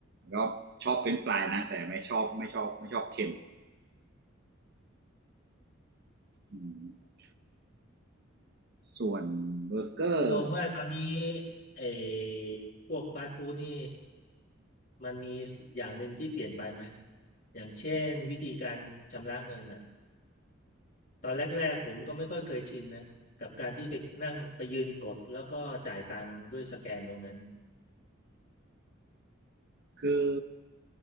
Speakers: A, on the right; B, on the left.
A: ก็ชอบเป็นไฟล์นะแต่ไม่ชอบไม่ชอบไม่ชอบเค็มอืม ส่วนเบอร์เกอร์
B: คุณโอมว่าตอนนี้ไอ้พวกฟาสต์ฟู้ดนี่มันมีอย่างหนึ่งที่เปลี่ยนไปไหมอย่างเช่นวิธีการชำระเงินอ่ะ ตอนแรกๆผมก็ไม่ค่อยเคยชินนะกับการที่ไปนั่งไปยืนกดแล้วก็จ่ายตังค์ด้วยสแกนตรงนั้น
A: คือ